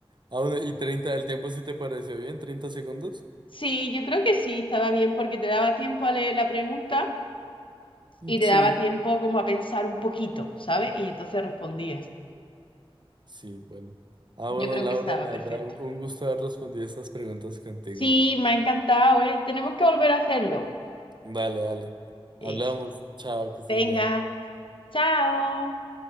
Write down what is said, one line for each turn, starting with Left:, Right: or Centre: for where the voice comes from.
Right: Ah, bueno, ¿y 30 ¿El tiempo sí te pareció bien? treinta segundos?
Left: Sí, yo creo que sí, estaba bien porque te daba tiempo a leer la pregunta
Right: Mm,
Left: y te
Right: Sí.
Left: daba tiempo como a pensar un poquito, ¿sabes? Y entonces respondías.
Right: Sí, bueno. Ah,
Left: Yo
Right: bueno,
Left: creo
Right: Laura,
Left: que estaba
Right: la
Left: perfecto.
Right: verdad, un un gusto haber respondido estas preguntas contigo.
Left: Sí, me ha encantado, ¿eh? Tenemos que volver a hacerlo.
Right: Dale, dale.
Left: Eso.
Right: Hablamos. Chao, que estés
Left: Venga,
Right: bien.
Left: chao.